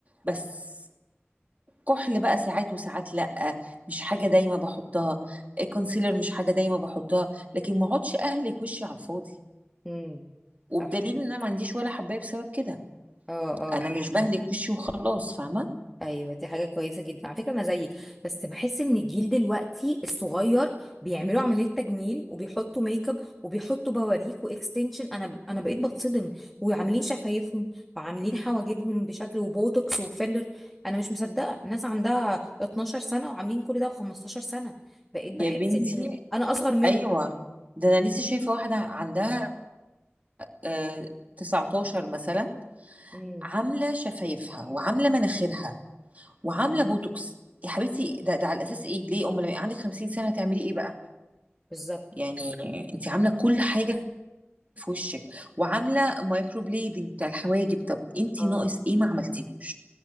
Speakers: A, on the right; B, in the centre.
A: بس كحل بقى ساعات وساعات لأ مش حاجة دايما باحطها، آآ كونسيلر مش حاجة دايما باحطها، لكن ما اقعدش أهلِك وشي على الفاضي،
B: امم
A: وبدليل
B: صح
A: إن أنا ما عنديش ولا حباية بسبب كده،
B: اه اه
A: أنا مش باهلِك وشي وخلاص فاهمة؟
B: ايوه دي حاجه كويسه جدا على فكره انا زيك بس بحس ان الجيل دلوقتي الصغير بيعملوا عمليات تجميل وبيحطوا ميك اب وبيحطوا بواريك واكستنشن انا انا بقيت بتصدم وعاملين شفايفهم وعاملين حواجبهم بشكل وبوتوكس وفيلر انا مش مصدقه الناس عندها 12 سنه وعاملين كل ده و15 سنه بقيت بحس
A: يا بنتي
B: ان انا اصغر منهم
A: أيوه، ده أنا لسه شايفة واحدة عندها آآ 19 مثلًا،
B: امم
A: عاملة شفايفها وعاملة مناخيرها وعاملة بوتوكس، يا حبيبتي ده ده على أساس إيه؟ ليه؟ أمّال لمّا يبقى عندِك 50 سنة هتعملي إيه بقى؟
B: بالظبط
A: يعني أنتِ عاملة كل حاجة في وشِك وعاملة microblading بتاع الحواجب، طَب أنتِ
B: اه
A: ناقص إيه ما عملتيهوش؟